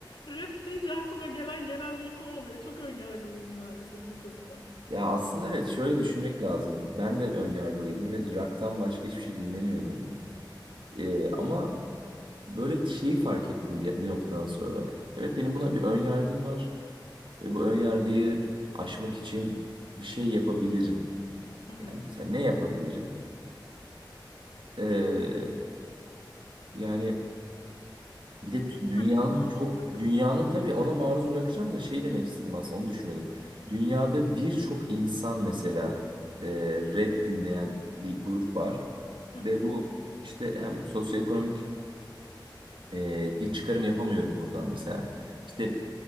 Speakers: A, on the left; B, on the right.
A: rap deyince aklıma gelen genelde ilk o oluyor. Çok önyargılıyım maalesef bu konuda.
B: Ya aslında evet şöyle düşünmek lazım. Ben de ön yargılıydım ve rock'tan başka hiçbir şey dinlemiyordum. Ee, ama böyle şeyi fark ettim bir, bir noktadan sonra. Evet benim buna bir ön yargım var. Ve bu ön yargıyı aşmak için bir şey yapabilirim.
A: Hı hı.
B: Yani mesela ne yapabilirim? Ee, Yani bir de t-
A: Kendini
B: dünyanın
A: maruz
B: çok
A: bırakabilirsin.
B: dünyanın tabii ona maruz bırakacağım da şey demek istedim aslında onu düşünüyordum. Dünyada birçok insan mesela e, rap dinleyen bir grup var
A: Hı
B: ve
A: hı,
B: bu işte hem sosyoekonomik e, bir çıkarım yapamıyorum buradan mesela. İşte